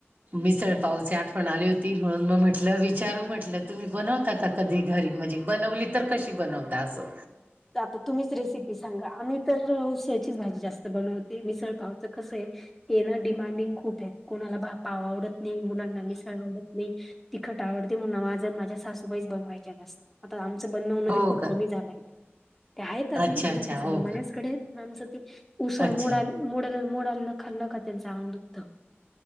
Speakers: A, on the right (about 45°); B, in the centre.
A: मिसळपावची आठवण आली होती म्हणून मग म्हटलं विचारू म्हटलं तुम्ही बनवता आता का कधी घरी म्हणजे बनवली तर कशी बनवता असं
B: आता तुम्हीच रेसिपी सांगा आम्ही तर उसळ्याचीच भाजी जास्त बनवते मिसळ पावचं कसं आहे हे ना डिमांडिंग खूप आहेत कोणाला भा पाव आवडत नाही मुलांना मिसळ आवडत नाही तिखट आवडते म्हणून माझं माझ्या सासूबाईच बनवायच्या जास्त आता आमचं बनण उ नदी
A: हो
B: खूप
A: का?
B: कमी झालंय ते ते आहेत अजून
A: अच्छा
B: माझ्या
A: अच्छा
B: हं
A: हो
B: माझ्याचकडे
A: का
B: आमचं ते उसळ
A: अच्छा.
B: मोडाल. मोड मोडाला न खा नका त्यांच अंग दुखतं.